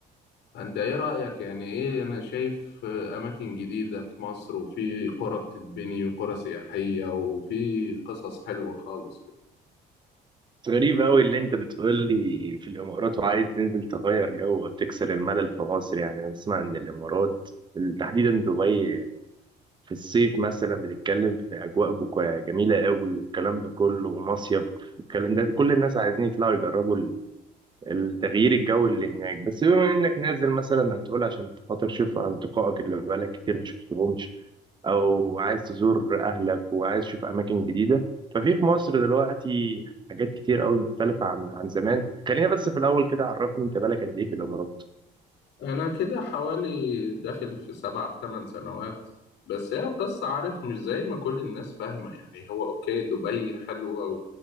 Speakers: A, on the left; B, on the right.
A: فأنت إيه رأيك يعني إيه أنا شايف أماكن جديدة في مصر وفي قرى بتتبني وقرى سياحية وفي قصص حلوة خالص
B: غريب أوي اللي أنت بتقول لي في الإمارات وعايز تنزل تغير جو وتكسر الملل في مصر يعني أنا أسمع إن الإمارات تحديدا دبي في الصيف مثلا بنتكلم في أجواء بكو- جميلة أوي والكلام ده كله ومصيف والكلام ده كل الناس عايزين يطلعوا يجربوا التغيير الجو اللي هناك بس بما انك نازل مثلا هتقول عشان خاطر تشوف اصدقائك اللي بقالك كتير ما شفتهمش او عايز تزور اهلك وعايز تشوف اماكن جديده ففي في مصر دلوقتي حاجات كتير قوي مختلفه عن عن زمان خلينا بس في الاول كده عرفني انت بالك قد ايه في الامارات
A: أنا كده حوالي داخل في سبع تمن سنوات بس هي القصة عارف مش زي ما كل الناس فاهمة يعني هو أوكي دبي حلوة